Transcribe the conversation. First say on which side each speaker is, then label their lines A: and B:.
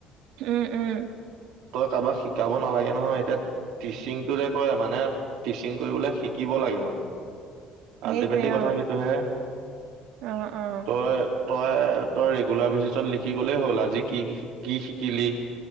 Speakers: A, on the right; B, on the right.
A: উম উম
B: তই কাৰোবাক শিক শিকাব নালাগে নহয় এতিয়া টিচিংটো যে কয় মানে টিচিং কৰিবলে শিকিব লাগে মানে
A: সেইটোৱে
B: আল্টিমেটলি কথা
A: অ
B: সেইটোহে
A: অ অ
B: তই তই তই ৰেগুলাৰ বেচিছত লিখি গ'লেই হ'ল আজি কি কি শিকিলি